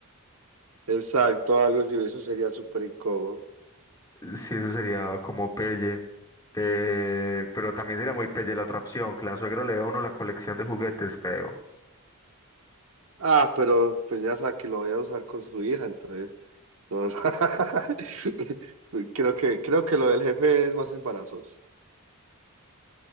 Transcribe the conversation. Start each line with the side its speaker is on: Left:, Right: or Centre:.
Right: Exacto, algo así, eso sería súper incómodo.
Left: Sí, eso sería como pelle. Eh, pero también sería muy pelle la otra opción, que la suegra le vea a uno la colección de juguetes feo.
Right: Ah, pero pues ya sabe que lo voy a usar con su hija, entonces. no. no. <laughs> Creo que, creo que lo del jefe es más embarazoso.